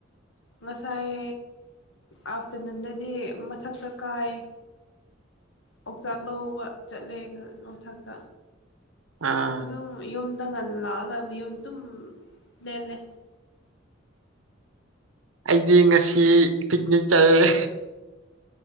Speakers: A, on the left; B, on the right.
A: ꯉꯁꯥꯏ ꯑꯥꯞꯇꯔꯅꯨꯟꯗꯗꯤ ꯃꯊꯛꯇ ꯀꯥꯏꯌꯦ
B: <inaudible>
A: ꯄꯥꯎꯆꯥꯛ ꯂꯧꯕ ꯆꯠꯂꯦ ꯃꯊꯛꯇ
B: ꯑꯥ
A: ꯑꯗꯨꯝ ꯌꯨꯝꯗ ꯉꯜꯂꯥꯛꯑꯒ ꯌꯨꯝ ꯑꯗꯨꯝ ꯂꯦꯜꯂꯦ
B: ꯑꯩꯗꯤ ꯉꯁꯤ ꯄꯤꯛꯅꯤꯛ ꯆꯠꯑꯦ